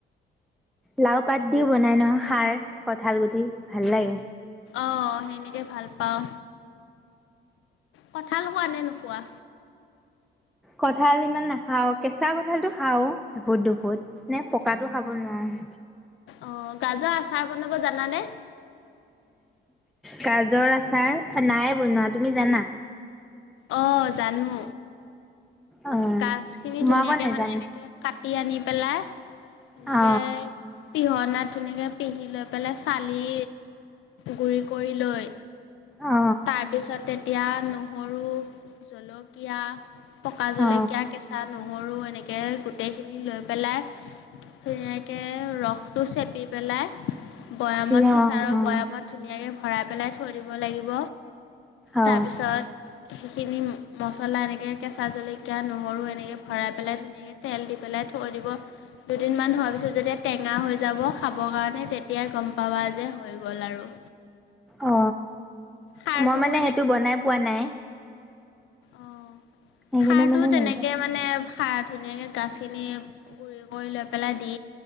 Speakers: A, in the centre; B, on the left.
A: লাও পাত দিও বনাই নহয় খাৰ কঠাল গুটি ভাল লাগে।
B: অ সেনেকে ভাল পাওঁ কঠাল খোৱা নে নোখোৱা।
A: কঁঠাল ইমান নাখাওঁ কেঁচা কঁঠালটো খাওঁ দুফোত দুপুত নে পকাটো খাব নোৱাৰোঁ।
B: অ গাজৰ আচাৰ বনাব জানানে?
A: গাজৰ আচাৰ নাই বনোৱা তুমি জানা
B: অঁ জানো
A: অ',
B: গাছখিনি
A: মই
B: ধুনীয়াকে
A: আকৌ নেজানো
B: মানে এনেকে কাটি আনি পেলাই এনেকে
A: অ
B: পিহনাত ধুনীয়াকৈ পিহি লৈ পেলাই চালি গুৰি কৰি লৈ।
A: অ
B: তাৰপিছতে এতিয়া নহৰু জলকীয়া পকা জল
A: অ
B: কেয়া কেচাটো মৰু এনেকৈ গোটেইখিনি লৈ পেলাই ধুনীয়াকৈ ৰসটো চেপি পেলাই। বৈয়ামত
A: সি
B: চিচাৰ
A: অ অ
B: বৈয়ামত ধুনীয়াকৈ ভৰাই পেলাই থৈ দিব লাগিব।
A: অ
B: তাৰপিছত সেইখিনি মছলা এনেকৈ কেঁচা জলক কিয়া নহৰু এনেকৈ ভৰাই পেলাই ধুনীয়াকৈ তেল দি পেলাই থৈ দিব। দুদিনমান হোৱাৰ পিছত যেতিয়া টেঙা হৈ যাব খাবৰ কাৰণে তেতিয়াই গম পাবা যে হৈ গ'ল আৰু
A: অ
B: খাৰটোও
A: মই মানে সেইটো বনাই পোৱা নাই।
B: অঁ
A: সেইকাৰণে
B: সাৰটো
A: মানে
B: তেনেকৈ
A: নাজানো
B: মানে সাৰ ধুনীয়াকৈ গছখিনি গু়ৰি কৰি লৈ পেলাই দি